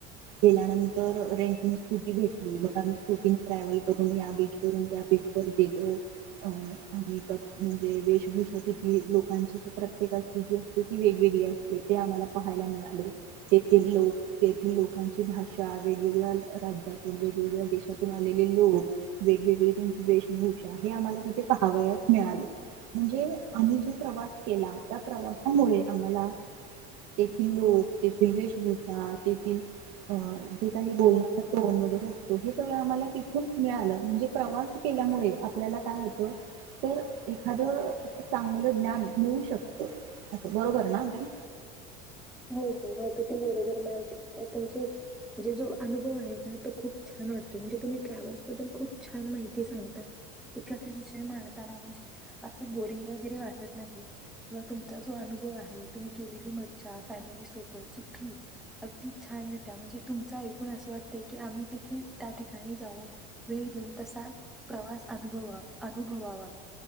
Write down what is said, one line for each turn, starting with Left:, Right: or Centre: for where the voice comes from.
Right: गेल्यानंतर रेंटने स्कूटी भेटली, मग आम्ही स्कूटीने ट्रॅव्हल करून या बीचवरून त्या बीचवर गेलो. अ आणि म्हणजे वेशभूषा तिथील लोकांची प्रत्येकाची जी असते ती वेगवेगळी असते ते आम्हाला पाहायला मिळाले. तेथील लोक, तेथील लोकांची भाषा वेगवेगळ्या राज्यातून, वेगवेगळ्या देशांतून- <inaudible> लोक वेगवेगळे त्यांची वेशभूषा हे आम्हाला तिथे पाहावयास मिळाले. म्हणजे आम्ही जो प्रवास केला त्या प्रवास त्यामुळे आम्हाला तेथील लोक, तेथील वेशभूषा, तेथील अ जे काही बोलण्याचा टोन वगैरे असतो हे आम्हाला तिथून मिळालं म्हणजे प्रवास केल्यामुळे आपल्याला काय होत तर एखाद चांगलं ज्ञान मिळू शकत असं. बरोबर ना मॅम?
Centre: हो, हो अगदी बरोबर मॅम. तुमच्या जे जो अनुभव आहे ना तो खूप छान वाटतोय. म्हणजे तुम्ही ट्रॅव्हल्स बद्दल खूप छान माहिती सांगता. एखाद्या विषय मांडताना म्हणजे असं बोरिंग वगैरे वाटत नाही किंवा तुमचा जो अनुभव आहे, तुम्ही केलेली मज्जा फॅमिली सोबतची ट्रिप अगदी छानरित्या म्हणजे तुमच ऐकून असं वाटत की आम्ही देखील त्या ठिकाणी जाऊन वेळ देऊन तसा प्रवास अनुभवा अनुभवावा.